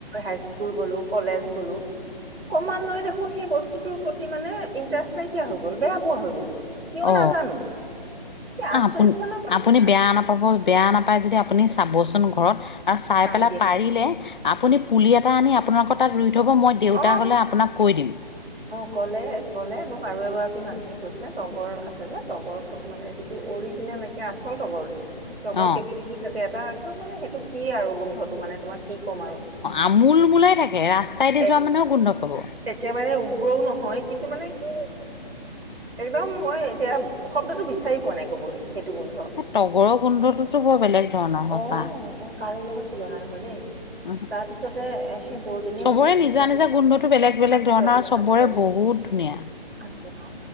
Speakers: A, on the right; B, on the left.
A: high school school গলোঁ কলেজ গলোঁ কমান্বয়ে দেখোন সেই বস্তুটোৰ প্ৰতি মানে ইণ্টাৰেষ্ট নাইকিয়া হৈ গ'ল বেয়া পোৱা হৈ গ'লো কিয়
B: অ
A: নাজানো কি আচৰিত
B: আপুনি
A: ধৰণৰ কথা
B: আপুনি
A: এটা
B: বেয়া নাপাব বেয়া নাপায় যদি আপুনি চাবচোন ঘৰত আৰু চাই
A: চাম
B: পেলাই
A: দিয়া
B: পাৰিলে আপুনি পুলি এটা আনি আপোনালোকৰ তাত ৰুই থব মই দেউতা
A: অ
B: গলে আপোনাক কৈ দিম।
A: অ গ'লে গ'লে মোক আৰু এগৰাকী মানুহে কৈছে তগৰ আছে যে তগৰ ফুল মানে যিটো অৰিজিনেল একে আচল তগৰটো তগৰ
B: অ
A: কেইবিবিধি থাকে এটা একদম মানে সেইটো কি আৰু গোন্ধটো মানে তোমাক কি কম আৰু
B: আমোল মোলাই থাকে ৰাস্তাইদি
A: এক
B: যোৱা মানুহেও গোন্ধ পাব
A: একেবাৰে উগ্ৰও নহয় কিন্তু মানে কি একদম মই এতিয়া শব্দতো বিচাৰি পোৱা নাই কবলৈ সেইটো গোন্ধ
B: তগৰৰ গোন্ধটোতো বৰ বেলেগ ধৰণৰ সঁচা
A: অ অ কাৰো লগত তুলনা নহয় দেই।
B: উম
A: তাৰপিছতে এ সেই বৌজনীয়ে
B: চবৰে
A: কৈছে, কৈছে
B: নিজা নিজা গোন্ধটো বেলেগ বেলেগ
A: আছে,
B: ধৰণৰ আৰু চবৰে
A: আছে।
B: বহুত ধুনীয়া।
A: যে অ।